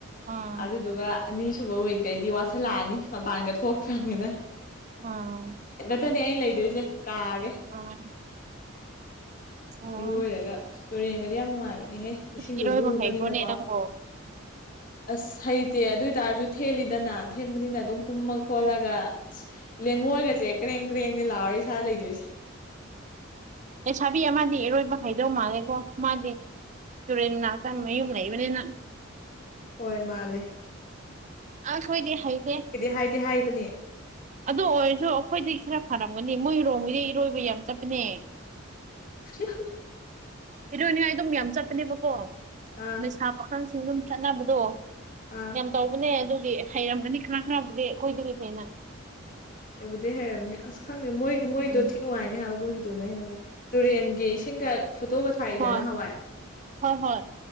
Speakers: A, on the right; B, on the left.
A: ꯑꯥ
B: ꯑꯗꯨꯗꯨꯒ ꯑꯅꯤꯁꯨꯕ ꯋꯤꯛꯇꯇꯩꯒꯤꯗꯤ ꯋꯥꯠꯁꯤꯜꯂꯛꯑꯅꯤ ꯃꯄꯥꯟꯒ ꯊꯣꯛꯇ꯭ꯔꯕꯅꯤꯅ
A: ꯑꯥ
B: ꯛꯇꯅꯦ ꯑꯩꯅ ꯂꯩꯗꯣꯏꯁꯦ ꯀꯥꯒꯦ
A: ꯑꯥ ꯑꯣ
B: ꯏꯔꯣꯏꯔꯒ ꯇꯨꯔꯦꯟꯒꯗꯤ ꯌꯥꯝ ꯅꯨꯡꯉꯥꯏꯕꯅꯦꯍꯦ ꯏꯁꯤꯡꯗꯣ
A: ꯏꯁ ꯏꯔꯣꯏꯕ
B: ꯂꯨꯕꯅꯤꯅꯀꯣ
A: ꯍꯩꯕ꯭ꯔꯣꯅꯦ ꯅꯪꯕꯣ
B: ꯑꯁ ꯍꯩꯇꯦ ꯑꯗꯨ ꯑꯣꯏ ꯇꯔꯁꯨ ꯊꯦꯜꯂꯤꯗꯅ ꯊꯦꯟꯕꯅꯤꯅ ꯑꯗꯨꯝ ꯀꯨꯝꯃ ꯈꯣꯠꯂꯒ ꯑꯁ ꯂꯦꯡꯉꯣꯏꯒꯁꯦ ꯀꯔꯦꯡ ꯀꯔꯦꯡꯅꯦ ꯂꯥꯛꯑꯣꯔ ꯏꯁꯥꯗ ꯂꯩꯗꯣꯏꯁꯦ
A: ꯑ ꯁꯥꯕꯤ ꯑ ꯗꯤ ꯏꯔꯣꯏꯕ ꯍꯥꯏꯩꯗꯧ ꯃꯥꯜꯂꯦꯀꯣ ꯃꯥꯗꯤ ꯇꯨꯔꯦꯟ ꯅꯥꯛꯇ ꯃꯌꯨꯝ ꯂꯩꯕꯅꯤꯅ
B: ꯍꯣꯏ ꯃꯥꯂꯦ
A: ꯑ ꯑꯩꯈꯣꯏꯗꯤ ꯍꯩꯗꯦ
B: ꯍꯥꯏꯗꯤ ꯍꯥꯏꯕꯅꯦ
A: ꯑꯗꯨ ꯑꯣꯏꯔꯁꯨ ꯑꯩꯈꯣꯏꯗꯤ ꯈꯔ ꯐꯔ ꯈꯒꯅꯤ ꯃꯣꯏꯔꯣꯝꯒꯤꯗꯤ ꯏꯔꯣꯏꯕ ꯌꯥꯝ ꯆꯠꯄꯅꯦ
B: <unintelligible>
A: ꯏꯔꯣꯏꯅꯦꯉꯥꯏ ꯑꯗꯨꯝ ꯌꯥꯝ ꯆꯠꯄꯅꯦꯕꯀꯣ
B: ꯑꯥ
A: ꯂꯩꯩꯁꯥ ꯄꯥꯈꯪꯁꯤꯡ ꯑꯗꯨꯝ ꯆꯠꯅꯕꯗꯣ
B: ꯑꯥ
A: ꯌꯥꯝ ꯇꯧꯕꯅꯦ ꯑꯗꯨꯗꯤ ꯍꯩꯔꯝꯒꯅꯤ ꯈꯅꯥ ꯈꯔꯕꯨꯗꯤ ꯑꯩꯈꯣꯏꯗꯨꯗꯤ ꯐꯩꯅ
B: ꯑꯩꯕꯨꯗꯤ ꯍꯩꯔꯕꯝꯅꯤ ꯑꯁ ꯈꯪꯗꯦ ꯃꯣꯏꯒꯤ ꯃꯣꯏꯗꯣ
A: ꯎꯝ
B: ꯊꯤ ꯅꯨꯡꯉꯥꯏꯅꯦ ꯍꯥꯏꯕ ꯃꯣꯏꯒꯤꯗꯨꯣ ꯅ ꯑꯩꯅꯕꯨ ꯇꯨꯔꯦꯟꯒꯤ ꯏꯁꯤꯡꯒ ꯐꯣꯇꯣꯒ ꯊꯥꯏꯗꯅ
A: ꯍꯣꯏ
B: ꯍꯋꯥꯏ
A: ꯍꯣꯏ ꯍꯣꯏ